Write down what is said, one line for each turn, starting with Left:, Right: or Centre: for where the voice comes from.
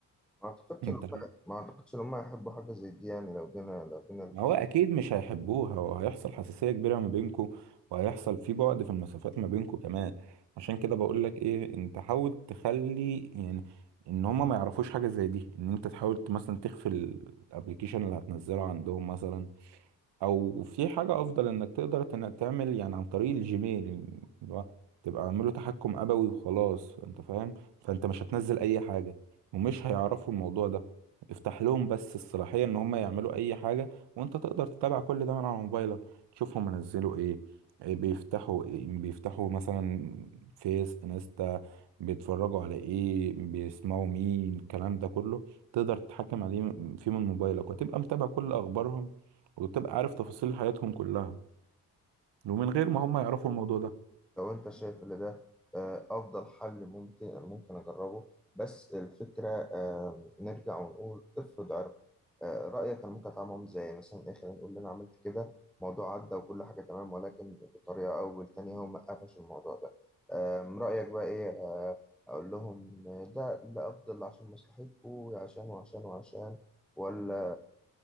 Centre: ما اعتقدش
Right: انت
Centre: ان هم ما اعتقدش ان هم هيحبوا حاجه زي دي يعني لو جينا لو جينا
Right: هو اكيد مش هيحبوها وهيحصل حساسية كبيرة ما بينكوا وهيحصل في بعد في المسافات ما بينكوا كمان عشان كده بقول لك ايه انت حاول تخلي يعني ان هما ما يعرفوش حاجة زي دي ان انت تحاول مثلا تخفي الابليكيشن اللي هتنزله عندهم مثلا او في حاجه افضل انك تقدر انك تعمل يعني عن طريق الجيميل اللي هو تبقى عامله تحكم ابوي وخلاص انت فاهم فانت مش هتنزل اي حاجه ومش هيعرفوا الموضوع ده افتح لهم بس الصلاحيه ان هم يعملوا اي حاجه وانت تقدر تتابع كل ده من على موبايلك تشوفهم منزلوا ايه إيه بيفتحوا إيه بيفتحوا مثلا فيس انستا بيتفرجوا على ايه بيسمعوا مين الكلام ده كله تقدر تتحكم عليه فيه من موبايلك وتبقى متابع كل اخبارهم وتبقى عارف تفاصيل حياتهم كلها ومن غير ما هم يعرفوا الموضوع ده
Centre: لو انت شايف ان ده آه، افضل حل ممكن ممكن اجربه بس الفكره آه، نرجع ونقول افرض عرفوا آه، رايك كان ممكن اتعامل معاهم ازاي مثلا ايه خلينا نقول ان انا عملت كده موضوع عدى وكل حاجه تمام ولكن بطريقه او بالتانيه هم قفشوا الموضوع ده آم، رايك بقى ايه آه، اقول لهم ده اللي افضل عشان مصلحتكم عشان وعشان وعشان ولا